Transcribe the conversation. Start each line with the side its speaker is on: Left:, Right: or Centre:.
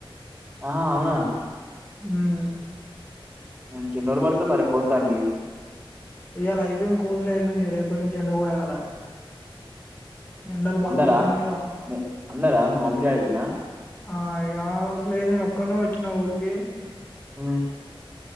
Right: ఆహ ఔన
Left: ఉమ్
Right: ఇంక ఏన్ని రోలు పడుతది మరి కొత్తానికి
Left: ఇయల అయ్పోయింది కోసుడు అయ్పోయింది ఇగ రేపనుంచి ఎండ పొయాల ఎండలు బాగ
Right: అందరా
Left: గొడతానయ్గ
Right: మీ- అందరా మీ మమ్మీ డాడీ కూడానా
Left: ఆ యావ్ లేదు నేను ఒక్కనో ఒచ్చిన ఊరికి
Right: ఉ